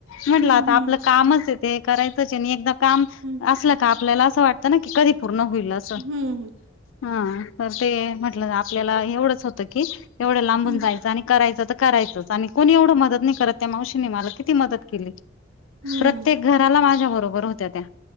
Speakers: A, on the left (about 75°); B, on the right (about 80°).
A: म्हटलं
B: हम्म
A: आता
B: हम्म.
A: आपलं कामच आहे ते हे करायचं त्याच्यानी एकदा काम
B: हम्म
A: असलं का आपल्याला असं वाटतं ना की कधी पूर्ण होईल असं.
B: हम्म
A: हा तर ते म्हटलं आपल्याला एवढंच होतं की एवढं लांबून
B: हम्म
A: जायचं आणि करायचं त करायचंच आणि कोणी एवढं मदत नाही करत त्या मावशीने मला किती मदत केली.
B: हम्म
A: प्रत्येक घराला माझ्या बरोबर होत्या त्या